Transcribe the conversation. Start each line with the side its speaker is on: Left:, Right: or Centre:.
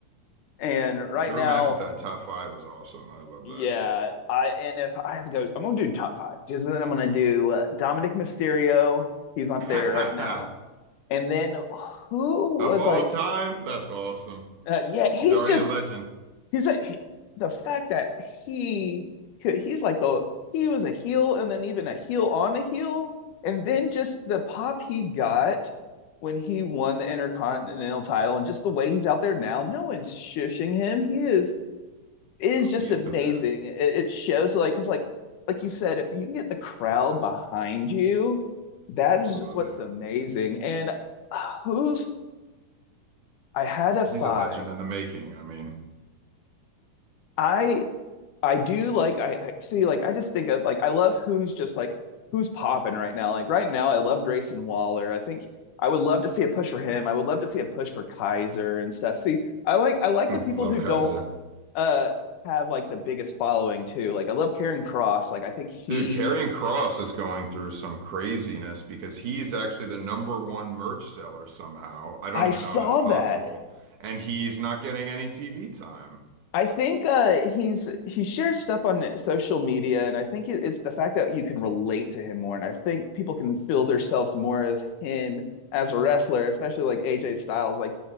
Left: And right
Right: Drew
Left: now,
Right: McIntyre, top five is awesome. I love
Left: yeah, I and if I have to go, I'm gonna do top five. Just then I'm gonna do uh, Dominic Mysterio. He's up there
Right: that.
Left: right now.
Right: <laughs>
Left: And then who
Right: Of
Left: was
Right: all
Left: like,
Right: time? That's awesome.
Left: uh, yeah, he's
Right: He's already
Left: just
Right: a legend.
Left: he's a, he- the fact that he could he's like the he was a heel and then even a heel on a heel, and then just the pop he got when he won the Intercontinental title and just the way he's out there now, no one's shushing him. He is it is
Right: Oh,
Left: just
Right: he's
Left: amazing.
Right: the man.
Left: It, it shows like because like like you said, if you can get the crowd behind you, that
Right: Absolutely.
Left: is just what's amazing. And who's I had a five.
Right: He's a legend in the making. I mean,
Left: I I do like I, I see like I just think of like I love who's just like who's popping right now. Like right now, I love Grayson Waller. I think I would love to see a push for him. I would love to see a push for Kaiser and stuff. See, I like I like
Right: <laughs>
Left: the people
Right: love
Left: who
Right: Kaiser.
Left: don't uh have like the biggest following too. Like I love Karen Cross. Like I think he
Right: Dude, Karrion Cross is going through some craziness because he's actually the number one merch seller somehow. I don't
Left: I
Right: even
Left: saw
Right: know how that's possible.
Left: that
Right: And he's not getting any TV time.
Left: I think uh, he's he shares stuff on social media, and I think it, it's the fact that you can relate to him more, and I think people can feel themselves more as him as a wrestler, especially like AJ Styles, like